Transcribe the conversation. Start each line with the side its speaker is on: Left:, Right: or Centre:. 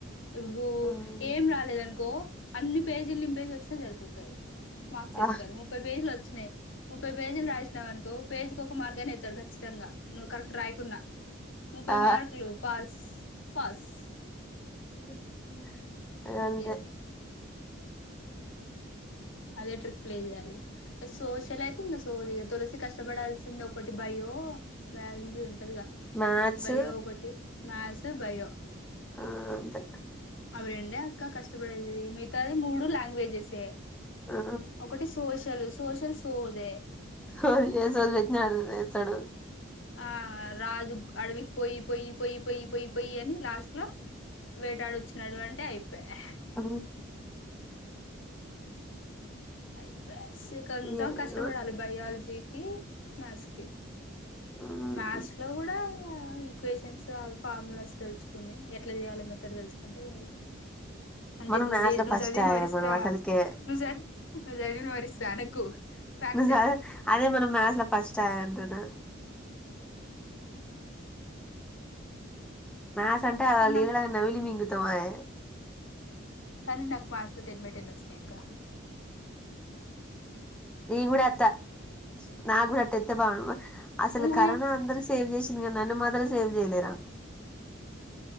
Left: ఇప్పుడు
Centre: మ్మ్
Left: ఏం రాలేదనుకో అన్ని పేజీలు నింపేసి వచిన్న సరిపోతది మార్క్స్
Centre: ఆ
Left: ఏత్తరు ముప్పై పేజీలు వచ్చినయ్ ము ముప్పై పేజీలు రాసినవనుకో పేజికొక్కు మార్క్ అయినా ఎత్తడు క చ్చితంగా నువ్వు కరెక్ట్ రాయకున్నా ముప్పై
Centre: ఆ
Left: మార్కులు పాస్ పాస్
Centre: <inaudible>
Left: ఇంకేంది
Centre: అంతే
Left: ఆ అదే ట్రిక్ ప్లే జేయాలి ఇగ సోషల్ అయితే ఇంగ సోది ఇంగ తులసి కష్టపడాల్సింది ఒకటి భయో బయలాజీ టదిగా
Centre: మ్యాథ్స్
Left: బయె ఒకటి మ్యస్ సూ భయో
Centre: ఆ అంతె
Left: అవీ రెండే అక్క కష్టపడేది మిగతాది మూడు లాంగ్వేజ్ జేసే
Centre: ఆ
Left: ఒకటి సోషలు సో సోషల్ సోదే
Centre: సోది ఏ సోది పెట్టినా ఆడు ఏస్తాడు
Left: ఆ రాజు అడవికి పోయి పోయి పోయి పోయి పోయి పోయి అని లాస్ట్ ల వేటాడొచ్చినాడు అన్ టే అయిపాయె
Centre: ఆ
Left: అయిపాయ్ స్ కొంచెం
Centre: ఏమో
Left: కష్టపడాలి బయల్జీ కి మ్యాస్ కి
Centre: ఉమ్.
Left: మ్యాథ్స్ లో కూడా ఈక్వేషన్స్ అవి ఫార్ములాస్ తెలుసుకుని ఎట్లా చేయాలి మెథడ్ తెలుసుకుంటే చాలు అంటే
Centre: మనం
Left: నువ్
Centre: మ్యాథ్స్
Left: జి
Centre: లో
Left: నువ్
Centre: ఫస్ట్
Left: చదీవీనవ
Centre: ఆయే
Left: రిస్తా
Centre: మనం అసలుకే
Left: నువ్ జర్ నువ్ చదివినవ రిస్తా అనకు ఫ్యాక్ట్
Centre: నీజ్
Left: అది
Centre: అదే మనం మ్యస్ ల ఫస్ట్ ఆయె అంటున్నా
Left: హ
Centre: మ్యస్ అంటే
Left: కానీ
Centre: అ నీళళ్ళ
Left: నాకు
Centre: నవిలి మింగ తమై
Left: కానీ నాకు మ్యాత్స్ లో టెన్ బై టెన్ వచ్చినయక్క
Centre: నీ కూడా అత్త నా కూడా అట్ట ఎంతె బాగుండ్మా అసలు
Left: ఊగా
Centre: కరోనా అందరు సేవ్ చేస్ సింది గానీ నన్ను మాత్రం సేవ్ చేయలేరా